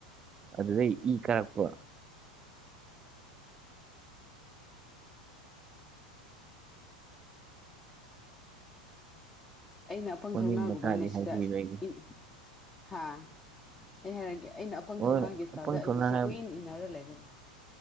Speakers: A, on the right; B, on the left.
A: ꯑꯗꯨꯗꯩ ꯏ ꯀꯥꯔꯛꯄ꯫
B: ꯑꯩꯅ ꯑꯄꯪ
A: ꯃꯃꯤꯡ
B: ꯊꯧꯅꯥꯒꯨꯝꯃꯥꯏꯅ
A: ꯃꯊꯥꯗꯤ ꯍꯥꯏꯕꯤꯔꯣꯏ
B: ꯁꯤꯗ
A: ꯑꯩꯒꯤ
B: ꯏꯟ ꯍꯥ ꯑꯩ ꯍꯥꯏꯔꯒꯦ ꯑꯩꯅ ꯑꯄꯪ
A: ꯍꯣꯏ
B: ꯊꯧꯅꯥꯒꯤ ꯏꯁ꯭ꯇꯥꯜꯗ
A: ꯑꯄꯪ
B: ꯑꯩꯅ
A: ꯁꯣꯟꯅ
B: ꯁꯤ
A: ꯍꯥꯏꯕ
B: ꯀꯨꯏꯟ ꯏꯟꯅꯔ ꯂꯩꯔꯦ꯫